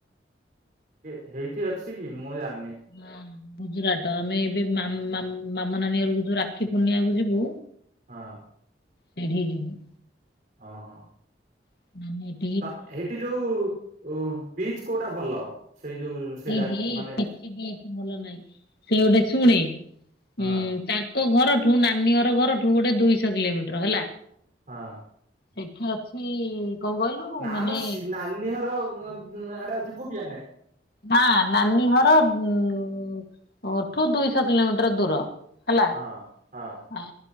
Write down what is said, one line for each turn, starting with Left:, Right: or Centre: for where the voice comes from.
Right: ହେ ହେଇଠି ଅଛି କି ମୁଁ ଜାଣିନି।
Left: ହଁ। ଗୁଜୁରାଟ ଆମେ ଏବେ ମାମ ମାମ ମାମା ନାନୀ ଘରକୁ ଯୁ ରାକ୍ଷୀ ପୂର୍ଣ୍ଣିଆକୁୁ ଯିବୁ।
Right: ହଁ।
Left: ସେଇଠି କି ଯିବୁ।
Right: ହଁ ହଁ।
Left: <unintelligible>
Right: ତା ହେଟି ଯୋଉ ଉ ପିଚ କୋଉଟା ଭଲ? ସେଇ ଯୋଉ ସେ
Left: ଇ
Right: ଯା
Left: ହି
Right: ମାନେ
Left: କିଛି ବି ଏ ଭଲ ନହିଁ। ସେ ଗୋଟେ ଶୁଣେ
Right: ହଁ
Left: ଉଁ ତା ଘରଠୁ ନାନୀ ଘର ଘରଠୁ ଗୋଟେ ଦୁଇଶହ କିଲୋମିଟର ହେଲା।
Right: ହଁ।
Left: ଏଠି ଅଛି କଣ କହିଲୁ?
Right: ନା
Left: ମାନେ
Right: ଆମ ସି ନାନୀ ଘର ଅ ଉଁ ଆଡେ ଆଉ ଯିବୁ କି ଆମେ?
Left: ହ ନାନୀ ଘର ଉଁଠୁ ଦୁଇଶହ କିଲୋମିଟର ଦୂର। ହେଲା।
Right: ହଁ ହଁ।
Left: ଆ